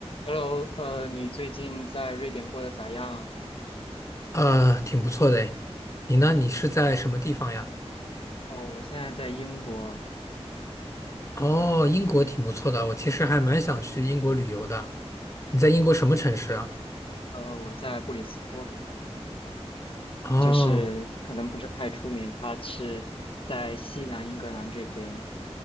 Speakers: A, on the left; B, on the left.
A: Hello，呃，你最近在瑞典过得咋样？
B: 呃，挺不错的诶。你呢？你是在什么地方呀？
A: 哦，我现在在英国，
B: 哦，英国挺不错的，我其实还蛮想去英国旅游的。你在英国什么城市啊？
A: 呃，我在布里斯托，
B: 哦，
A: 就是可能不是太出名，它是在西南英格兰这边。